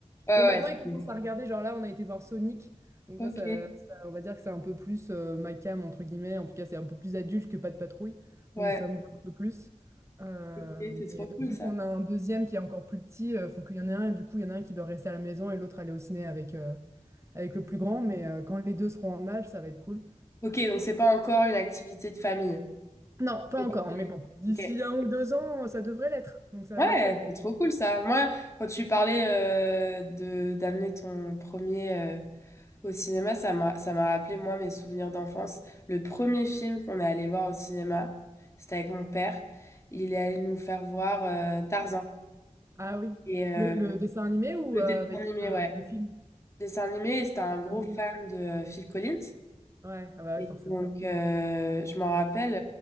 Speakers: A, on the left (about 20°); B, on the right (about 20°).
A: Ouais,
B: Bon, maintenant, il commence
A: ouais.
B: à regarder. Genre là, on a été voir Sonic. Donc
A: Ok,
B: ça, ça, ça- on va dire que c'est un peu plus euh, ma cam, entre guillemets. En tout cas, c'est un peu plus adulte que Patte Patrouille.
A: ouais,
B: Donc ça me va un peu plus. Euh,
A: ok, c'est
B: mais
A: trop
B: euh,
A: cool
B: vu
A: ça.
B: qu'on a un deuxième qui est encore plus petit, euh, faut qu'il y en ait un. Et du coup, il y en a un qui doit rester à la maison et l'autre aller au ciné avec, euh, avec le plus grand. Mais euh, quand les deux seront en âge, ça va être cool.
A: Ok, donc c'est pas encore une activité de famille.
B: Non, pas
A: Ok,
B: encore, mais bon. D'ici
A: ok.
B: un ou deux ans, ça devrait l'être. Donc ça
A: Ouais,
B: va être chouette.
A: c'est trop cool ça. Moi, quand tu parlais euh, de d'amener ton premier euh, au cinéma, ça m'a ça m'a rappelé moi mes souvenirs d'enfance. Le premier film qu'on est allé voir au cinéma, c'était avec mon père. Il est allé nous faire voir euh, Tarzan
B: Ah oui.
A: et euh,
B: Le, le dessin animé ou
A: le
B: euh,
A: dessin
B: avec
A: animé,
B: euh,
A: ouais.
B: le film?
A: Le dessin animé, et c'était un gros
B: Animé,
A: fan
B: ouais,
A: de euh, Phil Collins.
B: Ouais, ah bah
A: Et
B: ouais, forcément.
A: donc, euh, je m'en rappelle,